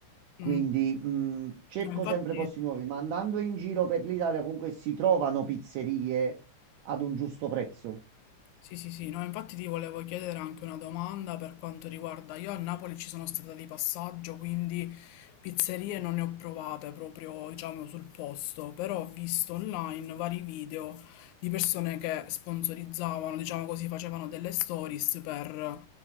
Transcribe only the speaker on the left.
mm.
No, infatti...
Sì, sì, sì, no, infatti ti volevo chiedere anche una domanda per quanto riguarda, io a Napoli ci sono stata di passaggio, quindi pizzerie non ne ho provate proprio, diciamo, sul posto, però ho visto online vari video di persone che sponsorizzavano, diciamo così, facevano delle stories per,